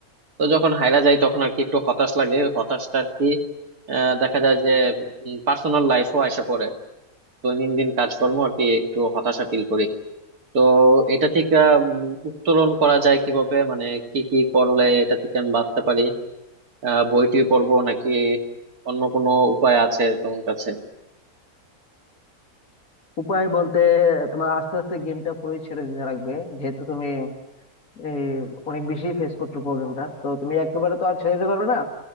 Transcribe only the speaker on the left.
উপায় বলতে তোমার আস্তে আস্তে গেমটা পুরোই ছেড়ে দিতে লাগবে যেহেতু তুমি এই অনেক বেশি ফেস করছো প্রবলেমটা তো তুমি একেবারে তো আর ছেড়ে দিতে পারবে না